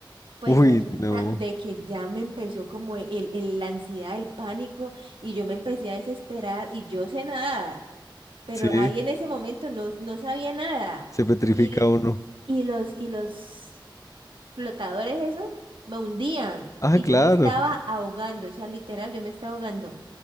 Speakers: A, on the right; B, on the left.
A: Pues
B: Uy,
A: resulta
B: no.
A: de que ya me empezó como el, el- la ansiedad, el pánico y yo me empecé a desesperar y yo sé nadar, pero
B: Sí,
A: ahí en ese momento no, no sabía nada.
B: se petrifica
A: Y,
B: uno.
A: y los, y los flotadores esos me hundían
B: Ah,
A: y
B: claro.
A: yo me estaba ahogando, o sea, literal, yo me estaba ahogando.